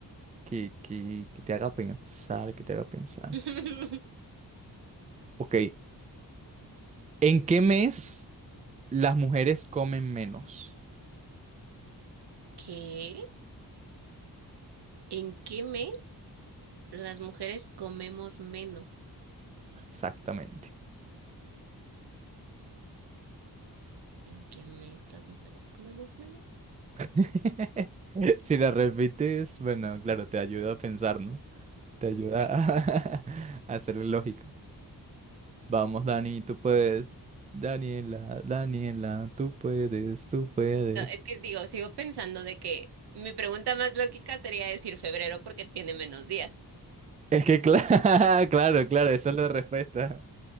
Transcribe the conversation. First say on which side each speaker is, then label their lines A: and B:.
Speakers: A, on the right; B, on the right.
A: que, que, que te haga pensar, que te haga pensar.
B: <laughs>
A: Ok, ¿en qué mes las mujeres comen menos?
B: ¿Qué? ¿En qué mes las mujeres comemos menos?
A: Exactamente.
B: ¿En qué mes las mujeres comemos menos?
A: <laughs> Si la repites, bueno, claro, te ayuda a pensar, ¿no? Te ayuda
B: Sí.
A: a, <laughs> a hacerle lógica. Vamos, Dani, tú puedes. Daniela, Daniela, tú puedes, tú puedes.
B: No, es que digo, sigo pensando de que mi pregunta más lógica sería decir febrero porque tiene menos días.
A: Es que claro, <laughs> claro, claro, esa es la respuesta.